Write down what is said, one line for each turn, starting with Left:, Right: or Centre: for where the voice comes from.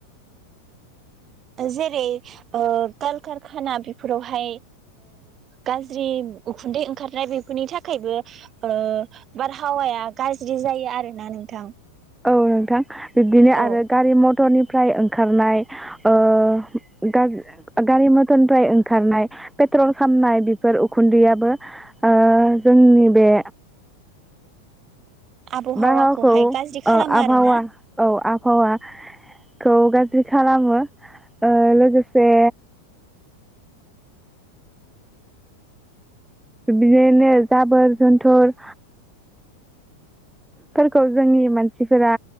Right: जेरै ओ कालकारखाना बेफोरावहाय गाज्रि उखुन्दै ओंखारनाय बेफोरनि थाखायबो ओ बारहावाया गाज्रि जायो आरोना नोंथां।
Centre: औ नोंथां। बिब्दिनो
Right: औ
Centre: आरो गारि म टरनिफ्राय ओंखारनाय ओ गा-गारि मटरनिफ्राय ओंखारनाय पेट्रल खामनाय बेफोर उखुन्दैयाबो ओ जोंनि बे
Right: आबहावाखौहाय
Centre: बाहावखौ
Right: गाज्रि खालामो
Centre: ओ आबहावा
Right: आरोना
Centre: औ आब हावाखौ गाज्रि खालामो। ओ लोगोसे बिदिनो जाबोर जनथ'र फोरखौ जोंनि मानसिफोरा